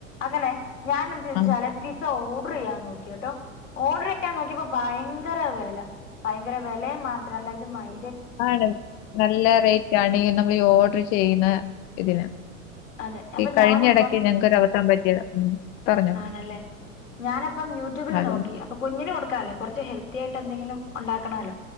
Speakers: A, on the left; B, on the left.
A: അങ്ങനെ ഞാനെ എന്തെയ്തൂന്ന്
B: ആഹ്.
A: വെച്ചാല് പിസ്സ ഓർഡറെയ്യാൻ നോക്കിയെട്ടോ. ഓഡ്രയ്യാൻ നോക്കിയപ്പോ ഭയങ്കര വെല. ഭയങ്കര വെലയു മാത്രല്ല ഇത് മൈ
B: ആണ് നല്ല റെയ്റ്റാണ് നമ്മളീ ഓർഡർ ചെയ്യ്ണ ഇതിന്.
A: അതെ അപ്പൊ
B: ഈ കഴിഞ്ഞെടയ്ക്ക്
A: ഞാനിപ്പം
B: ഞങ്ങക്കൊര് അബദ്ധം പറ്റിയത ഉം പറഞ്ഞോ
A: ആണല്ലേ ഞാനപ്പം യൂട്യൂബില്
B: അതെ.
A: നോക്കി അപ്പൊ കുഞ്ഞിന് കൊടുക്കാല്ലേ കൊറച്ച് ഹെൽത്തി ആയിട്ടെന്തെങ്കിലും ഒണ്ടാക്കണല്ലോ?